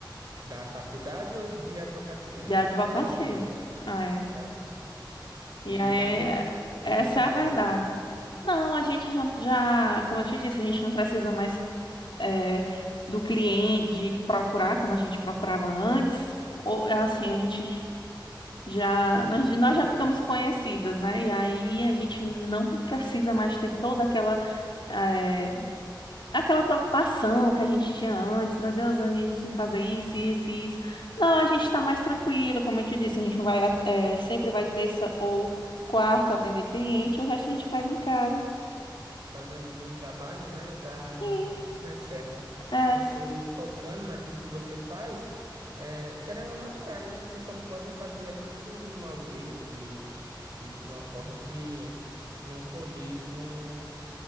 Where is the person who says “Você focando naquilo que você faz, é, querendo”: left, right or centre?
Right